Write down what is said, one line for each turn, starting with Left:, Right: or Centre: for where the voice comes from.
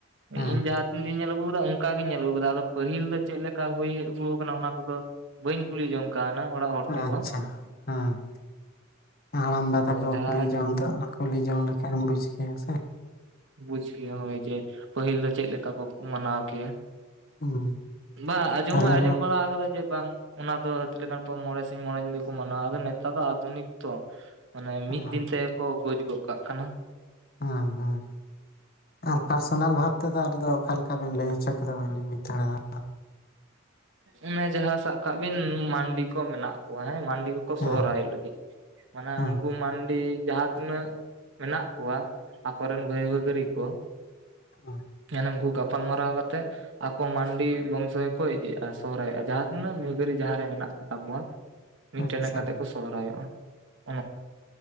Left: ᱦᱮᱸ
Right: ᱤᱧ ᱡᱟᱦᱟᱸ ᱛᱤᱱᱜᱤᱧ ᱧᱮᱞ ᱟᱹᱜᱩ ᱟᱠᱟᱫᱟ ᱚᱱᱠᱟᱜᱤᱧ ᱧᱮᱞ ᱟᱹᱜᱩ ᱟᱠᱟᱫᱟ ᱟᱫᱚ ᱯᱟᱹᱦᱤᱞ ᱫᱚ ᱪᱮᱫ ᱞᱮᱠᱟ ᱦᱩᱭ ᱦᱮᱡ ᱟᱹᱜᱩ ᱟᱠᱟᱱᱟ ᱚᱱᱟ ᱠᱚᱫᱚ ᱵᱟᱹᱧ ᱠᱩᱞᱤ ᱡᱚᱝ <unintelligible> ᱚᱲᱟᱜ ᱦᱚᱲ ᱴᱷᱮᱡ
Left: ᱟᱪᱪᱷᱟ
Right: ᱦᱚᱸ
Left: ᱦᱮᱸ ᱦᱮᱸ ᱦᱟᱲᱟᱢᱵᱟ
Right: ᱟᱫᱚ
Left: ᱛᱟᱠᱚ
Right: ᱡᱟᱦᱟᱸᱧ
Left: ᱠᱩᱞᱤ ᱡᱚᱝ ᱫᱚ ᱠᱩᱞᱤ ᱡᱚᱝ ᱞᱮᱠᱷᱟᱡ ᱮᱢ ᱵᱩᱡ ᱠᱮᱭᱟ ᱥᱮ
Right: ᱵᱩᱡ ᱠᱮᱭᱟ ᱦᱳᱭ ᱡᱮ ᱯᱟᱹᱦᱤᱞ ᱫᱚ ᱪᱮᱫ ᱞᱮᱠᱟ ᱠᱚ ᱢᱟᱱᱟᱣ ᱠᱮᱭᱟ?
Left: ᱦᱩᱸ
Right: ᱵᱟᱝ ᱟᱸᱡᱚᱢ
Left: ᱛᱟᱦᱚᱞᱮ
Right: ᱦᱚᱸ ᱟᱸᱡᱚᱢ ᱵᱟᱲᱟ ᱠᱟᱫᱟ ᱡᱮ ᱵᱟᱝ ᱚᱱᱟ ᱫᱚ ᱦᱟᱹᱛᱤ ᱞᱮᱠᱟᱱ ᱠᱚ ᱢᱚᱬᱮ ᱥᱤᱧ ᱢᱚᱬᱮ ᱧᱤᱫᱟᱹ ᱠᱚ ᱢᱟᱱᱟᱣᱟ ᱮᱫᱟ ᱱᱮᱛᱟᱨ ᱫᱚ ᱟᱫᱷᱩᱱᱤᱠ ᱛᱚ ᱢᱟᱱᱮ
Left: ᱦᱮᱸ
Right: ᱢᱤᱫ ᱫᱤᱱ ᱛᱮᱠᱚ ᱜᱚᱡ ᱜᱚᱜ ᱠᱟᱜ ᱠᱟᱱᱟ ᱾
Left: ᱦᱮᱸ ᱦᱮᱸ ᱺ ᱟᱨ ᱯᱟᱨᱥᱚᱱᱟᱞ ᱵᱷᱟᱵ ᱱᱤᱛᱚ ᱫᱚ ᱟᱨ ᱫᱚ ᱚᱠᱟ ᱞᱮᱠᱟᱠᱟᱵᱱ ᱞᱟᱹᱭ ᱦᱚᱪᱚ ᱠᱮᱫᱟ ᱵᱟᱹᱞᱤᱧ ᱵᱩᱡ ᱫᱟᱲᱮᱭᱟᱫᱟ ᱾
Right: ᱚᱱᱮ ᱡᱟᱦᱟᱸ ᱥᱟᱵ ᱠᱟᱜ ᱵᱤᱱ ᱢᱟᱱᱰᱤ ᱠᱚ ᱢᱮᱱᱟᱜ ᱠᱚᱣᱟ ᱦᱮᱸ ᱢᱟᱱᱰᱤ ᱠᱚ ᱾ ᱠᱚ
Left: ᱦᱮᱸ
Right: ᱥᱚᱦᱨᱟᱭᱳ ᱞᱟᱜᱤᱫ ᱢᱟᱱᱮ
Left: ᱦᱮᱸ
Right: ᱩᱱᱠᱩ ᱢᱟᱱᱰᱤ ᱡᱟᱦᱟᱸ ᱛᱤᱱᱟᱹᱜ ᱢᱮᱱᱟᱜ ᱠᱚᱣᱟ ᱟᱠᱚᱨᱮᱱ ᱵᱟᱹᱭ ᱵᱟᱹᱜᱟᱹᱨᱤ ᱠᱚ
Left: ᱦᱮᱸ <unintelligible>
Right: ᱦᱮᱸ ᱱᱩᱝᱠᱩ <unintelligible> ᱜᱟᱯᱟᱞᱢᱟᱨᱟᱣ ᱠᱟᱛᱮ ᱟᱠᱚ ᱢᱟᱱᱰᱤ ᱵᱚᱝᱥᱚ ᱜᱮ ᱠᱚ ᱤᱫᱤᱜᱼᱟ ᱥᱚᱦᱨᱟᱭᱚᱜᱼᱟ ᱡᱟᱦᱟᱸ ᱛᱤᱱᱟᱹᱜ ᱵᱷᱟᱹᱜᱟᱹᱨᱤ ᱡᱟᱦᱟᱸᱨᱮ ᱢᱮᱱᱟᱜ ᱛᱟ ᱠᱚᱣᱟ ᱾ ᱢᱤᱫᱴᱮᱱ
Left: ᱦᱮᱸ ᱟᱪᱪᱷᱟ
Right: ᱦᱮᱡ ᱠᱟᱛᱮ ᱠᱚ ᱥᱚᱦᱨᱟᱭᱚᱜᱼᱟ ᱾